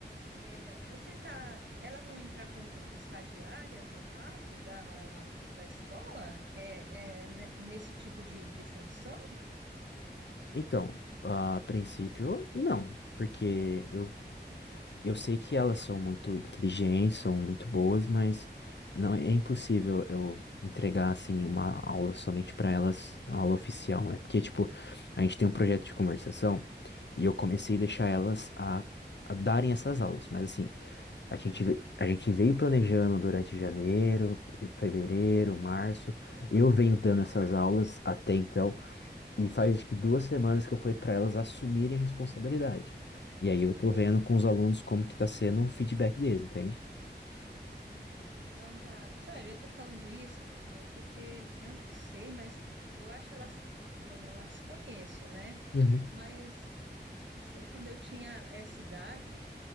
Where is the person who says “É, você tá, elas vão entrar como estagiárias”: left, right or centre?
Right